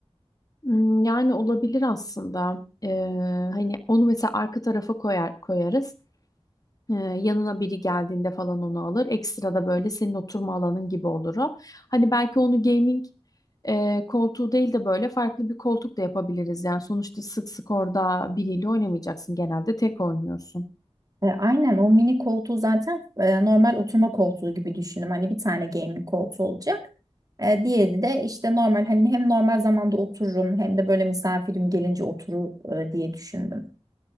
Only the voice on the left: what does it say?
Hmm, Yani olabilir aslında. E, hani onu mesela arka tarafa koyar koyarız. Ee, yanına biri geldiğinde falan onu alır. Ekstra da böyle senin oturma alanın gibi olur o. Hani belki onu gaming e, koltuğu değil de böyle farklı bir koltuk da yapabiliriz. Yani sonuçta sık sık orada biriyle oynamayacaksın. Genelde tek oynuyorsun.